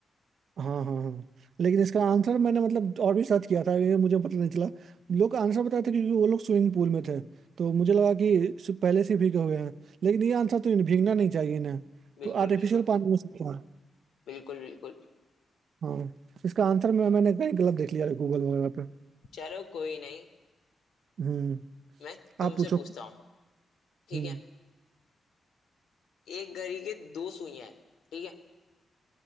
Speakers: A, on the right (about 60°); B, on the left (about 85°).
A: हाँ हाँ हाँ लेकिन इसका आंसर मैंने मतलब और भी सर्च किया था ये मुझे पता नहीं चला लोग आंसर बताए थे क्योंकि वो लोग स्विमिंग पूल में थे तो मुझे लगा कि सु- पहले से भीगे हुए हैं लेकिन ये आंसर तो इन्हें भीगना नहीं चाहिए इन्हें
B: बिल्कुल
A: तो आर्टिफिशियल
B: बिल्कुल
A: पानी में से था
B: बिल्कुल बिल्कुल
A: हाँ इसका आंसर मैं मैंने कहीं गलत देख लिया है गूगल वगैरह पे
B: चलो कोई नहीं
A: हम्म
B: मैं तुमसे
A: आप पूछो
B: पूछता हूँ ठीक
A: हम्म
B: है एक घड़ी के दो सुइयां हैं ठीक है